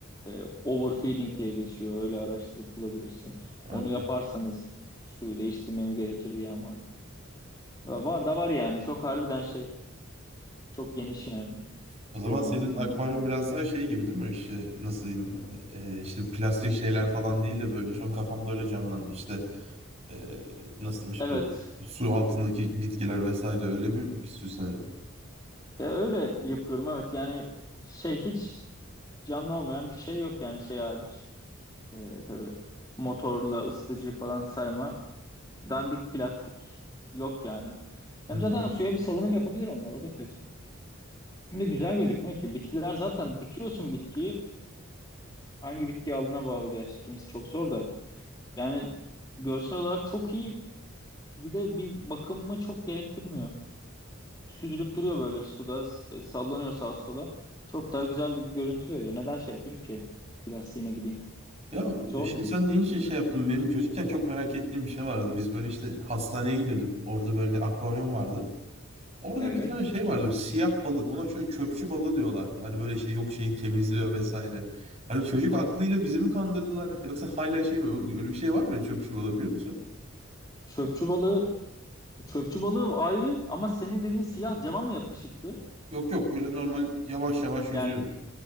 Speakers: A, on the left; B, on the right.
A: Ee, overfeeding diye geçiyor. Öyle araştırıp bulabilirsin.
B: Evet.
A: Onu yaparsanız suyu değiştirmeniz gerekir diyen var. Ya Var da var yani. Çok harbiden şey. Çok geniş yani
B: O zaman
A: yorumlar
B: senin
A: bunun
B: akvaryum
A: hakkında.
B: biraz daha şey gibi değil mi? İşte nasıl diyeyim ben? Ee, işte plastik şeyler falan değil de böyle şu an kafamda öyle canlandı. İşte ee, nasıl diyeyim işte
A: Evet.
B: bu su altındaki bitkiler vesaire öyle bir süsledi.
A: E, öyle yapıyorum evet. Yani şey hiç canlı olmayan bir şey yok yani şey hariç. E, tabii motorla ısıtıcı falan sayma. Dandik plastik yok yani. Hem
B: Anladım.
A: zaten suya bir salınım yapabilir onlar o da kötü. Hem de güzel gözükmüyor ki. Bitkiler zaten dikiyorsun bitkiyi. Hangi bitkiyi aldığına bağlı gerçi. Kimisi çok zor da. Yani görsel olarak çok iyi. Bir de bir bakımımı çok gerektirmiyor. Süzülüp duruyor böyle suda s- e, sallanıyor sağa sola. Çok daha güzel bir görüntü veriyor. Neden şey yapayım ki? Plastiğine gideyim.
B: Ya
A: Zor
B: şimdi
A: dedik.
B: sen deyince için şey yaptım. Benim çocukken çok merak ettiğim bir şey vardı. Biz böyle işte hastaneye gidiyorduk. Orada böyle akvaryum vardı. Orada
A: Evet.
B: bir tane şey vardı böyle siyah balık ona şöyle çöpçü balığı diyorlardı. Hani böyle işte yok şeyi temizliyor vesaire. Hani çocuk aklıyla bizi mi kandırdılar <laughs> yoksa hala şey mi öyle bir şey var mı ya çöpçü balığı biliyor musun?
A: Çöpçü balığı çöpçü balığı ayrı ama senin dediğin siyah cama mı yapışıktı?
B: Yok yok böyle normal yavaş yavaş
A: Yerde
B: yüzüyordu.